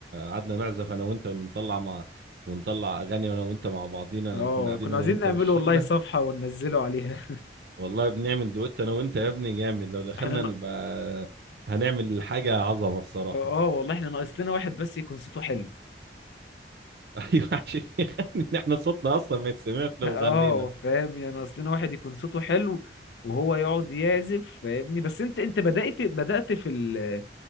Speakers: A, on the right; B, on the left.
A: قعدنا نعزف انا وانت ونطلع مع ونطلع اغاني انا وانت مع بعضينا لما
B: اه
A: كنا قاعدين
B: كنا
A: انا
B: عايزين
A: وانت
B: نعمله
A: والشله
B: والله صفحة وننزله عليها
A: والله بنعمل دويت انا وانت يا ابني جامد لو دخلنا
B: <laughs> احنا ن...
A: نبقى هنعمل حاجه عظمه الصراحه
B: اه والله احنا ناقص لنا واحد بس يكون صوته حلو
A: <laughs> ايوه عشان يغني ان احنا صوتنا اصلا ما يتسمعش لو
B: اه
A: غنينا
B: فاهم يعني ناقص لنا واحد يكون صوته حلو وهو يقعد يعزف فاهمني بس انت انت بدأت بدأت في ال...